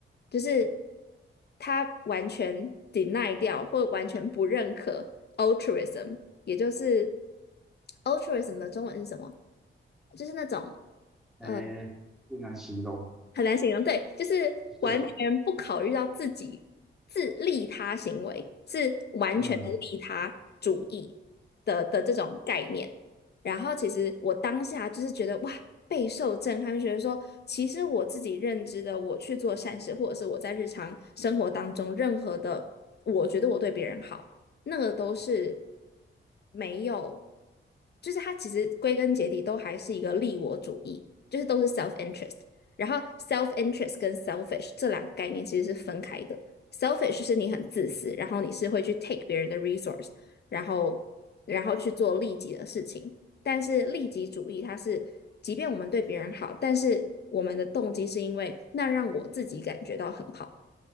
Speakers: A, on the left; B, in the centre.
A: 就是他完全 deny 掉或完全不认可 altruism，也就是 altruism 的中文是什么？就是那种。
B: 哎，
A: 呃。
B: 不难形容。
A: 很难形容，对，就是完全不考虑到自己自利他行为，
B: 对，
A: 是完全的利他主义的的这种概念。
B: 嗯。
A: 然后其实我当下就是觉得哇，备受震撼，觉得说其实我自己认知的，我去做善事，或者是我在日常生活当中任何的，我觉得我对别人好，那个都是没有，就是它其实归根结底都还是一个利我主义，就是都是 self interest。然后 self interest 跟 selfish 这两个概念其实是分开的。selfish 是你很自私，然后你是会去 take 别人的 resource，然后然后去做利己的事情。但是利己主义它是，即便我们对别人好，但是我们的动机是因为那让我自己感觉到很好。